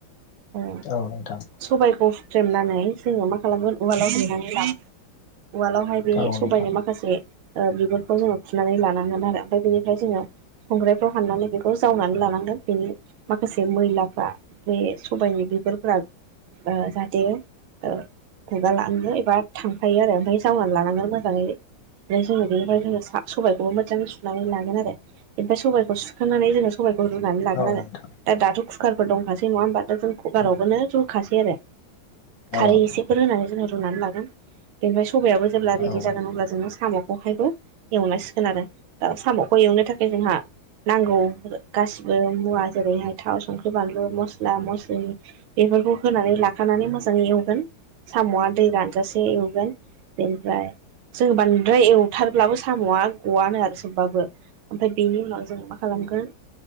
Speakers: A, on the right; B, on the left.
A: ओ
B: औ नोंथां
A: सबायखौ हुख्रेमनानै जोङो मा खालामगोन उवालाव देनानै‌ लागोन उवालावहाय बे
B: औ
A: सबायनि
B: नोंथां
A: माखासे ओ बिगुरखौ जोङो खुनानै लानांगोन आरो आमफ्राय बेनिफ्राय जोङो खंग्रायफ्राव हाननानै बेखौ जावनानै लानांगोन बेनि माखासे मैलाफ्रा बे सबाइनि बेगुफोरा ओ जाहाथे ओ खुगा लानांगोन एबा थांफायो आरो आमफाय जावनानै लानांगोन मोजाङै ओमफाय जोङो बेनिफ्राय जोङो साब सबायखौबो मोजां सुनानै लागोन आरो आमफाय सबायखौ सुखांनानै जोङो साबाइखौ रुनानै
B: औ
A: लागोन आरो
B: औ नोंथां
A: दा दाथ' कुकारफोर दंखासै नङा होमबा जों कुकारावबोनो
B: औ
A: खासै आरो खारै
B: औ नोंथां
A: एसेफोर होनानै जों रुनानै लागोन बेनिफाय सबायाबो जेब्ला रेदि
B: औ
A: जागोन अब्ला जोङो साम'खौहायबो एवनांसिगोन आरो दा साम'खौ एवनो थाखाय जोंहा नांगौ ओ गासिबो मुवा जेरैहाय थाव संख्रि बानलु मस्ला मस्लि ओ इफोरखौ होनानै लाखानानै मोजाङै एवगोन साम'आ दै रानजासे एवगोन बेनिफ्राय जोङो बांद्राय एवथारब्लाबो साम'आ गवनो आरो सोबबाबो। ओमफ्राय बेनि उनाव जों मा खालामगोन